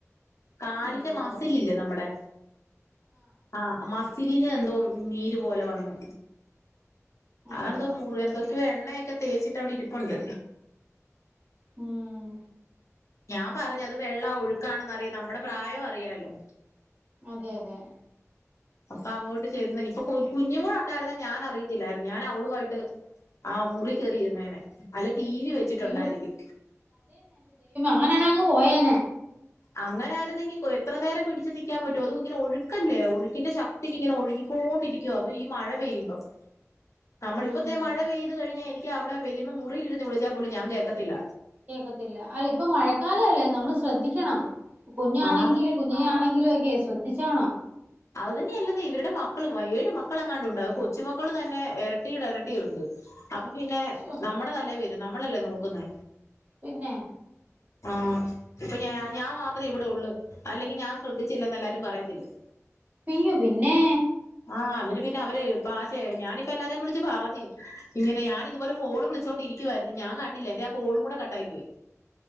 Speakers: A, on the left; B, on the right.
A: കാലി
B: അയ്യോ
A: ന്റെ മസിലില്ലേ നമ്മടെ ആഹ് മസ് സിലിന് എന്തോ നീര് പോലെ വന്ന്
B: അയ്യോ
A: അഹ് എന്തോ മുറ് എന്തൊ ക്കെ എണ്ണയൊക്കെ തേച്ചിട്ടവിടിരിപ്പുണ്ട്
B: ഉം
A: ഞാ പറഞ് അത് വെള്ളാ ഒഴുക്കാണെന്നറിയ നമ്മടെ പ്രായൊ അറിയാലോ
B: അതെ അതെ
A: അപ്പോ അങ്ങോണ്ട് ചെന്ന് ഇപ്പോ കുഞ്ഞുങ്ങൾ ഉണ്ടായിരുന്നെ ഞാൻ അറിയതില്ലാരുന്നു ഞാൻ അവളും ആയിട്ട് മുറിയിൽ കയറിയിരുന്നേനെ ടിവി വച്ചിട്ടുണ്ടായിരിക്കും.
B: അയ്യോ അങ്ങനാണേഅങ്ങ് പോയേനെ
A: അങ്ങനെ ആരുന്നെങ്കി എത്ര നേരം പിടിച്ചു നിൽക്കാൻ പറ്റും അതും ഇങ്ങനെ ഒഴുക്കല്ലേ ഒഴുക്കിന്റെ ശക്തിക്ക് ഇങ്ങനെ ഒഴുകിക്കൊണ്ടിരിക്കുവാ അതും ഈ മഴ പെയ്യുമ്പോ. നമ്മളിപ്പം
B: ഉം
A: ഇതാ മഴ പെയ്ത് കഴിഞ്ഞാൽ എനിക്ക് അ അവിടെ വലിയമ്മ മുറിൽ ഇരുന്ന് വിളിച്ചാൽ പോലും ഞാൻ കേക്കത്തില്ല.
B: കേക്കത്തില്ല അല്ല ഇപ്പ മഴക്കാല അല്ലേ നമ്മള് ശ്രദ്ധിക്കണം. കുഞ്ഞാണെങ്കിലും
A: ആഹ്
B: കുഞ്ഞിനെ ആണെങ്കിലും ഒക്കെ എസ് ശ്രദ്ധിച്ചോണം.
A: അത് തന്നേ അല്ലെന്ന് ഇവരുടെ മക്കളും ഏഴ് മക്കള അങ്ങാണ്ട് ഉണ്ട് കൊച്ചുമക്കളും തന്നെ ഇരട്ടിടെ ഇരട്ടിയുണ്ട്. അപ്പൊ പിന്നെ
B: ശോ
A: നമ്മുടെ തലയിൽ വരും. നമ്മളല്ലേ നോക്കുന്നേ.
B: പിന്നെ.
A: ആഹ് ഇപ്പൊ ഞാ ഞാൻ മാത്രമേ ഇവിടെ ഉള്ളൂ അല്ലെങ്കിൽ ഞാൻ ശ്രദ്ധിച്ചില്ലെന്ന് എല്ലാരും പറയത്തില്ലേ.
B: യ്യോ പിന്നെ.
A: ആഹ് എന്നിട്ട് പിന്നെ അവര് പാശേ ഞാനിപ്പോ എല്ലാരേ വിളിച്ച് പറഞ്ഞ് ഇങ്ങനെ ഞാൻ ഇതുപോലെ ഫോണ് വിളിച്ചോണ്ടിരിക്കുവായിരുന്നു ഞാൻ കണ്ടില്ല എന്റെ ആ കോളും കൂടെ കട്ട് ആയി പോയി.